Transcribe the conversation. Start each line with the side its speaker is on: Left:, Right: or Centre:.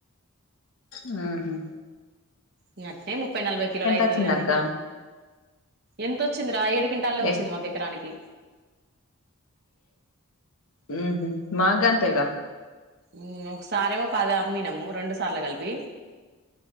Left: ఉంహు
Right: ఇ అట్టనే ముప్పై నలభై కిలోలు అయితదని
Left: వచ్చింది అక్క
Right: ఎంతొచ్చింది రాయ కింటాల్లో వచ్చింది
Left: ఏ
Right: మాకు ఎకరానికి
Left: ఉమ్ హు మాకుగంతెగ
Right: ఉమ్ ఒకసారేమో పాదమ్మినము రెండు సార్లు కలిపి